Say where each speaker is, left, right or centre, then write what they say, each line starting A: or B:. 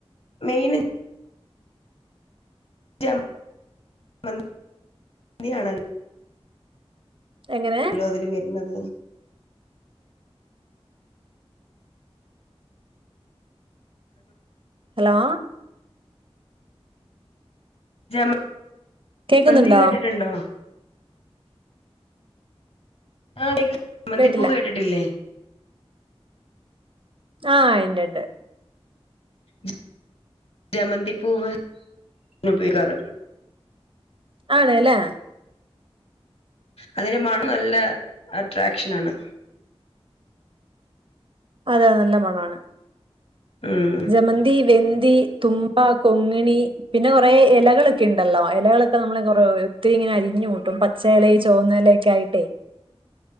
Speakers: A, on the left (about 70°); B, on the right (about 55°).
A: മെയിന് ജമ മൻ ന്തി ആണൽ
B: എങ്ങനെ?
A: ല്ലോ അതില് വരുന്നത്
B: ഹലോ
A: ജമ
B: കേക്കുന്നുണ്ടോ
A: മന്തി കേട്ടിട്ടുണ്ടോ? ആ കേക്ക് മന്തിപ്പൂ
B: കേട്ടില്ല
A: കേട്ടിട്ടില്ലേ?
B: ആ ഇണ്ട് ണ്ട്
A: ജ ജമന്തിപൂവ് <unintelligible>
B: ആണ്ലെ.
A: അതിന്റെ മണം നല്ല അട്രാക്ഷനാണ്.
B: അത നല്ല മണാണ്.
A: ഉം
B: ജമന്തി, വെന്തി, തുമ്പ, കൊങ്ങ്ണി. പിന്നെ കൊറേ എലകളൊക്കെ ഉണ്ടല്ലോ എലകളൊക്കെ നമ്മള് ഒത്തിരി ഇങ്ങനെ അരിഞ്ഞ് കൂട്ടും പച്ച ഇലേ ചോന്നഇലേ ക്കായായിട്ട്